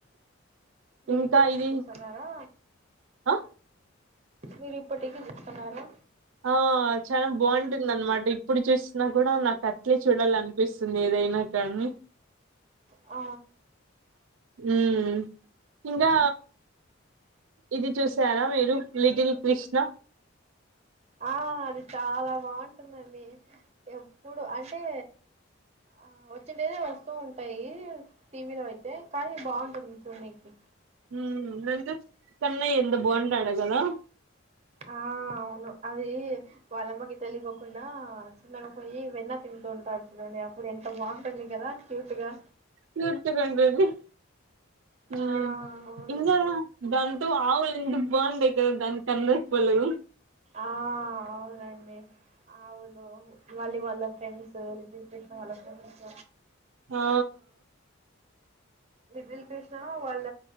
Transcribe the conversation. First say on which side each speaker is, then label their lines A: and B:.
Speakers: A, on the right (about 30°); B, on the right (about 70°).
A: మీరీపట్టికి
B: ఇంకా ఇది
A: చూస్తున్నారా
B: ఆ
A: మీరు ఇప్పటికీ చూస్తాన్నారా
B: ఆ చాల బాగుంటుంది అన్నమాట ఇప్పుడు చూసిన కూడా నాకు అట్లే చూడాల అనిపిస్తుంది ఏదైనా కానీ
A: ఆ
B: మ్ ఇంకా ఇది చూసారా మీరు లిటిల్ కృష్ణ
A: ఆ అది చాలా బాగుంటుందండి ఎప్పుడు అంటే ఆ వచ్చిటేనే వస్తూ ఉంటాయి టీవీలో అయితే కానీ బాగుంటుంది చూనికి
B: మ్ నంద్ గుర్చ్ కన్నయ్య ఎంత బాగుంటాడో కదా
A: ఆ అవును అది వాళ్ళమ్మకి తెలియకోకుండా చిన్నగా పోయి వెన్న తింటూ ఉంటాడు చూడండి అప్పుడు ఎంత బాగుంటుంది కదా క్యూట్ గా
B: క్యూట్ గుంటుందు మ్
A: ఆ అవును
B: ఇంగ దాన్ టు ఆవులు ఎంత బాగుంటాయి కదా దానికి కను రెప్పలు
A: ఆ అవునండి ఆవులు మళ్ళీ వాళ్ళ ఫ్రెండ్స్ లిటిల్ కృష్ణ వాళ్ళ ఫ్రెండ్స్
B: ఆ
A: లిటిల్ కృష్ణ వాళ్ళ